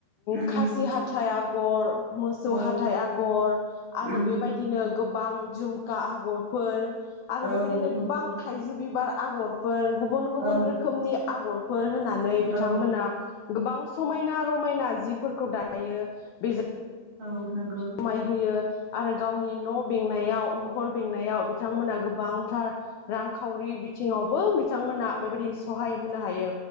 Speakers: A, on the right; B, on the left.
A: उम
B: खासि हाथाइ आ गर‌ मोसौ
A: औ
B: हाथाइ आगर
A: उम
B: आरो बेबायदिनो गोबां जुमखा आगरफोर आरो
A: औ
B: बेबायदिनो
A: नंगौ
B: गोबां थाइजौ बि बार आगर फोर गुबुन गुबुन
A: औ
B: रोखोमनि आगरफोर होनानै नै बिथांमोना
A: औ
B: गोबां समायना रमायना जिफोरखौ दायो बेजों
A: औ नंगौ
B: समाय होयो आरो गावनि न' बेंनायाव न'खर बेंनायाव बिथांमोना गोबांथार रांखावरि बिथिङावबो बिथांमोना बेबायदि सहाय होनो हायो।